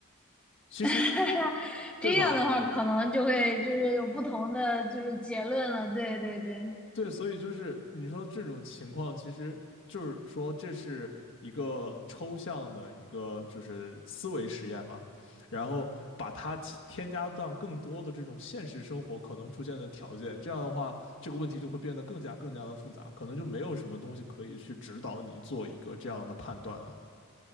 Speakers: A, on the left; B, in the centre.
A: 其实
B: <laughs> 这样的话，
A: 对吧？
B: 可能就会就是有不同的就是结论了。对对对，
A: 对，所以就是你说这种情况，其实就是说这是一个抽象的一个就是思维实验嘛，然后把它添添加到更多的这种现实生活可能出现的条件，这样的话，这个问题就会变得更加更加的复杂，可能就没有什么东西可以去指导你做一个这样的判断了。